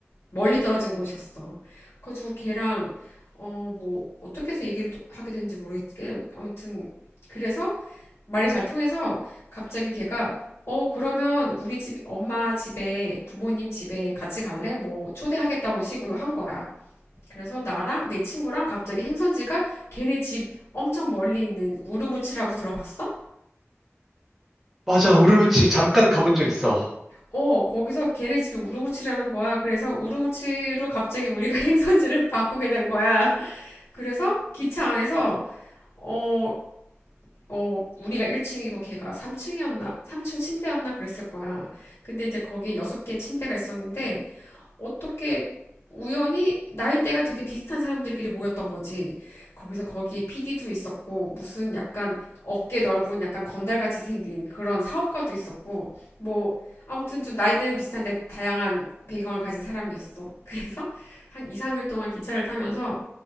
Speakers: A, on the left; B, in the centre.
A: 멀리 떨어진 곳이었어. 그래가지고 걔랑 어, 뭐 어떻게 해서 얘기를 또 하게 됐는지 모르겠지만 아무튼 그래서 말이 잘 통해서 갑자기 걔가 어 그러면 우리 집 엄마 집에 부모님 집에 같이 갈래? 뭐 초대하겠다고 식으로 한 거야. 그래서 나랑 내 친구랑 갑자기 행선지가 걔네 집 엄청 멀리 있는 우르무치라고 들어봤어?
B: 맞아, 우르무치 잠깐 가본 적 있어.
A: 어 거기서 걔네 집이 우르무치라는 거야. 그래서 우르무치로 갑자기 우리가 <laughs> 행선지를 바꾸게 된 거야. 그래서 기차 안에서 어 어, 우리가 1층이고 걔가 3층이었나, 3층 침대였나 그랬을 거야. 근데 이제 거기에 6개 침대가 있었는데, 어떻게 우연히 나이대가 되게 비슷한 사람들끼리 모였던 거지. 거기서 거기에 PD도 있었고, 무슨 약간 어깨 넓은 약간 건달같이 생긴 그런 사업가도 있었고, 뭐, 아무튼 좀 나이대는 비슷한데 다양한 배경을 가진 사람이었어. <laughs> 그래서 한 2, 3일 동안 기차를 타면서